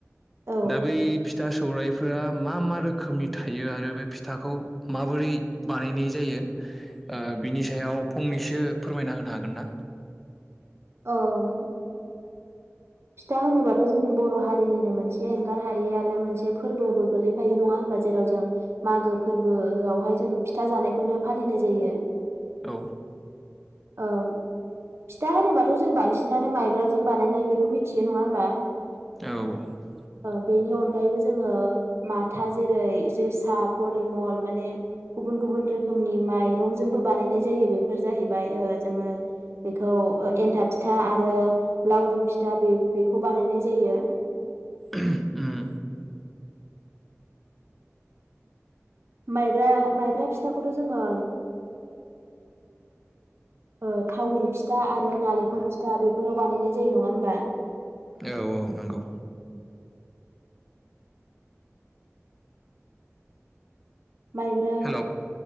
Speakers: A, on the right (about 55°); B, in the centre.
A: औ
B: दा बै फिथा सौरायाइफोरा मा मा रोखोमनि थायो आरो बे फिथाखौ माबोरै बानायनाय जायो ओ बिनि सायाव फंनैसो फोरमायना होनो हागोन ना
A: ओम फिथा होनोबाथ' जोंनि बर' हारिनिनो मोनसे एंगार हायै आरो मोनसे फोरबोबो गोलैफायो नङा होनबा जेराव जों मागो फोरबोआवहाय जों फिथा जानायखौनो फालिनाय जायो।
B: औ
A: ओं फिथा होनोबाथ' जों बांसिनानो मायब्राजों बानायनाय बेखौ मिथि थियो नङा होमबा।
B: औ
A: ओ बेनि अनगायैबो जोंङो माथा जेरै जोसा परिमल माने गुबुन-गुबुन रोखोमनि माइरंजोंबो बानायनाय जायो बेफोर जाहैबाय ओ जोंङो बेखौ एन्थाब फिथा आरो लावदुम फि दा बे बेखौ बानायनाय जायो।
B: अम
A: मायब्रा-मायब्रा फिथाखौथ जोंङो ओ थावनि फिथा आरो नालेंखर फिथा बेफोराव बानायनाय जायो नङा होमबा।
B: औ औ नंगौ।
A: मायब्रा
B: हेलौ